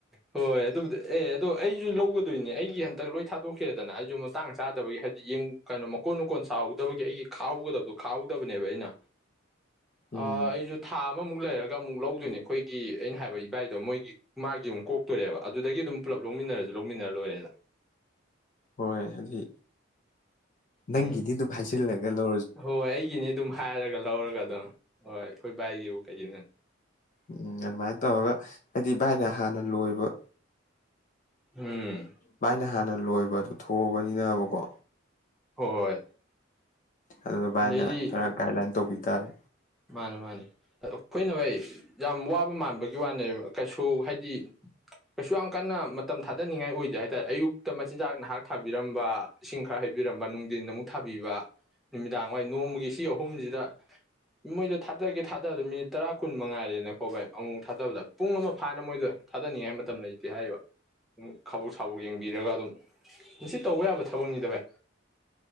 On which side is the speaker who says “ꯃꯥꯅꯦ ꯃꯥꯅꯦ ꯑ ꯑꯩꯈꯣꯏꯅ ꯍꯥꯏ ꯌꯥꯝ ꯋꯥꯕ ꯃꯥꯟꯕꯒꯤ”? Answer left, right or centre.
Centre